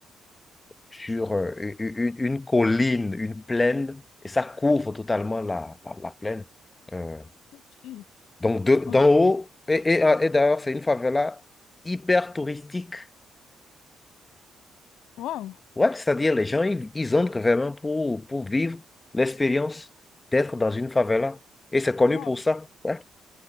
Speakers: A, on the left; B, on the left.
A: sur euh, u- u- une, une colline, une plaine, et ça couvre totalement la, la, la plaine. Euh,
B: Ok.
A: donc, de, d'en
B: Ok.
A: haut, et, et, euh, et d'ailleurs, c'est une favela hyper touristique.
B: Waouh!
A: Ouais, c'est-à-dire, les gens, ils, ils entrent vraiment pour, pour vivre l'expérience d'être dans une favela. Et c'est connu
B: Waouh!
A: pour ça. Ouais.